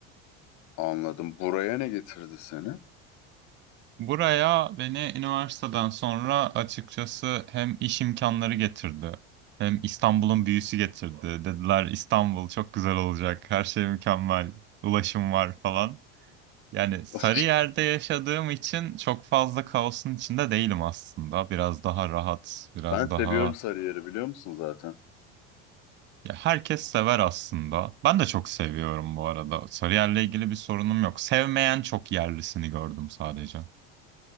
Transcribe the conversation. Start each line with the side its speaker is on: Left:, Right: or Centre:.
Left: anladım. Buraya ne getirdi seni?
Right: Buraya beni üniversiteden sonra açıkçası hem iş imkanları getirdi, hem İstanbul'un büyüsü getirdi. Dediler İstanbul çok güzel olacak, her şey mükemmel, ulaşım var falan. Yani Sarıyer'de
Left: <laughs>
Right: yaşadığım için çok fazla kaosun içinde değilim aslında. Biraz daha rahat, biraz
Left: Ben
Right: daha...
Left: seviyorum Sarıyer'i biliyor musun zaten?
Right: Ya herkes sever aslında. Ben de çok seviyorum bu arada. Sarıyer'le ilgili bir sorunum yok. Sevmeyen çok yerlisini gördüm sadece.